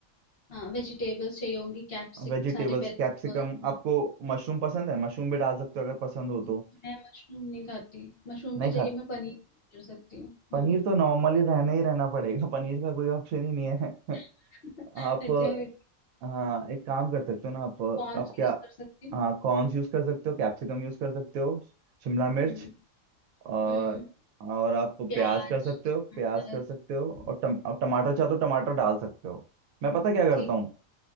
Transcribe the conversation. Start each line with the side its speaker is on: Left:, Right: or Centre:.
Left: हाँ वेजिटेबल्स चाहिए होंगी कैप्सिक
Right: वेजिटेबल्स
Left: सारे बेल पेपर
Right: कैप्सिकम आपको मशरूम पसंद है मशरूम भी डाल सकते हो अगर पसंद हो
Left: मैं
Right: तो
Left: मशरूम नहीं खाती मशरूम
Right: नहीं
Left: की
Right: खा
Left: जगह मैं पनीर कर सकती हूँ
Right: पनीर
Left: हाँ
Right: तो नॉर्मली रहना ही रहना पड़ेगा <laughs> पनीर का कोई ऑप्शन ही नहीं है <laughs>
Left: <laughs>
Right: आप
Left: अच्छा फिर
Right: हाँ एक काम कर सकते हो ना आप
Left: कौन
Right: आप
Left: सी
Right: क्या
Left: यूज कर सकती हूँ
Right: हाँ कॉर्न्स यूज कर सकते हो कैप्सिकम यूज कर सकते हो शिमला मिर्च
Left: हम्म
Right: और
Left: हम्म
Right: और आप
Left: प्याज
Right: प्याज कर सकते
Left: टमाटर
Right: हो प्याज कर
Left: हम्म,
Right: सकते हो और टम, आप टमाटर चाहो तो टमाटर डाल सकते हो मैं पता क्या करता
Left: ठीक
Right: हूँ